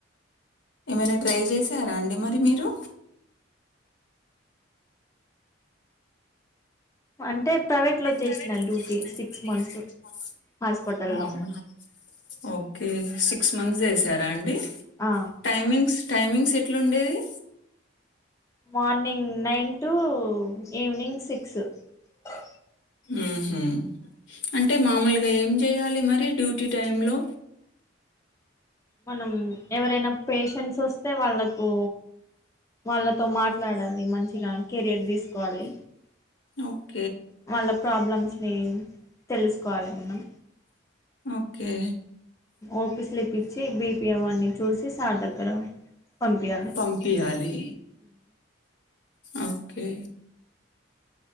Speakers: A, on the left; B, on the left.
A: ఏమైనా ట్రై చేసారా అండి మరి మీరు
B: అంటే ప్రైవేట్ లో చేసిన
A: ప్రైవేట్లో
B: డ్యూటీ
A: చేసిన
B: six
A: duty
B: months
A: six months
B: హాస్పిటల్లో
A: అవునా ఓ ఓకే సిక్స్ మంత్స్ చేసారా అండి
B: ఆ
A: టైమింగ్స్ టైమింగ్స్ ఎట్లుండేది
B: morning nine to evening six ఆ
A: ఉహూ అంటే మామూలుగా ఏం చేయాలి. మరి డ్యూటీ టైంలో
B: మనం ఎవరైనా పేషెంట్స్ వస్తే వాళ్ళకు వాళ్ళతో మాట్లాడాలి మంచిగా కెరియర్ తీసుకోవాలి.
A: ఓకే
B: వాళ్ళ ప్రాబ్లమ్స్ నీ తెలుసు మనం
A: ఓకే
B: ఓపీ స్లిప్ ఇచ్చి బిపి అవన్ని చూసి సార్ దగ్గర పంపియాలి.
A: పంపియాలి ఓకే